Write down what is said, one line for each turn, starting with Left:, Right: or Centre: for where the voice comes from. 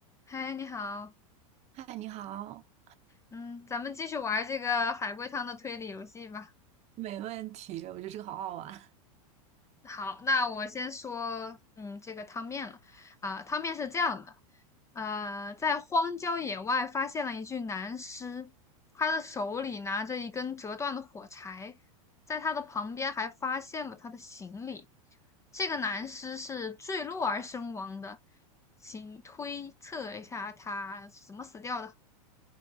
Left: 嗨，你好，
Right: 嗨，你好。
Left: 嗯，咱们继续玩儿这个海龟汤的推理游戏吧。
Right: 没问题，我觉得这个好好玩。
Left: 好，那我先说，嗯，这个汤面了。啊、汤面是这样的，呃，在荒郊野外发现了一具男尸，他的手里拿着一根折断的火柴，在他的旁边还发现了他的行李。这个男尸是坠落而身亡的，请推测一下他是怎么死掉的。